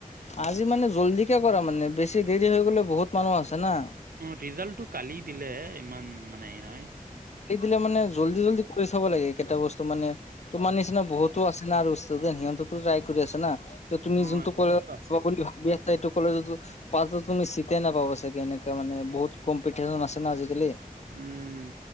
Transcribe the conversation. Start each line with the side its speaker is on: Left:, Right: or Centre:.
Left: আজি মানে জল্ডিকে কৰা মানে বেছি দেৰি হৈ গ'লে বহুত মানুহ আছে না
Right: অ ৰিজাল্টটো কালি দিলে ইমান মানে হেৰি নহয়
Left: কালি দিলে মানে জল্দি জল্দি কৰি চাব লাগে কেইটা বস্তু মানে তোমাৰ নিচিনা বহুত সিহঁতো আছে না আৰু ষ্টুডেণ্ট সিহঁতো ট্ৰাই কৰি আছে না ত তুমি
Right: অ
Left: যোনটো
Right: সেইটোতো
Left: কৰিম
Right: আছেই
Left: বুলি ভাবি আছা এইটো কলেজতো পাঁচ দচজনে তুমি চিতেই নাপাবা চাগে এনেকুৱা মানে বহুত কম্পিটিশন আছে না আজিকালি
Right: উম